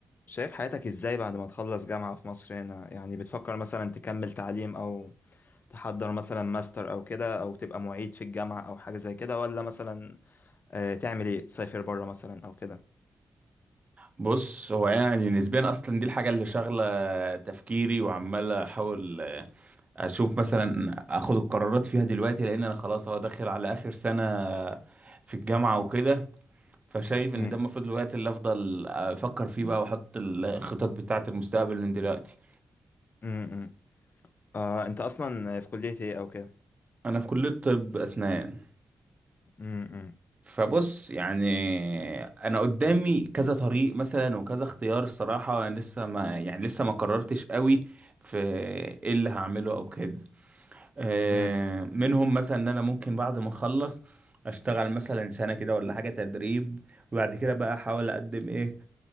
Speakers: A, on the left; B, on the right.
A: شايف حياتك ازاي بعد ما تخلص جامعة في مصر هنا يعني بتفكر مثلا تكمل تعليم او تحضر مثلا ماستر او كده او تبقى معيد في الجامعة او حاجة زي كده ولا مثلا آه، تعمل ايه تسافر بره مثلا او كده
B: بص هو يعني نسبيا اصلا دي الحاجه اللي شاغله تفكيري وعمال احاول اشوف مثلا اخد القرارات فيها دلوقتي لان انا خلاص هو داخل على اخر سنه في الجامعه وكده فشايف ان
A: أمم،
B: ده المفروض الوقت اللي افضل افكر فيه بقى واحط الخطط بتاعه المستقبل من دلوقتي
A: أمم، أمم. آه، انت اصلا في كلية ايه او كده
B: انا في كليه طب اسنان
A: أمم،
B: فبص يعني انا قدامي كذا طريق مثلا وكذا اختيار الصراحه وانا لسه ما يعني لسه ما قررتش قوي في ايه اللي هعمله او كده آه،
A: أمم،
B: منهم مثلا ان انا ممكن بعد ما اخلص اشتغل مثلا سنة كده ولا حاجة تدريب وبعد كده بقى احاول اقدم ايه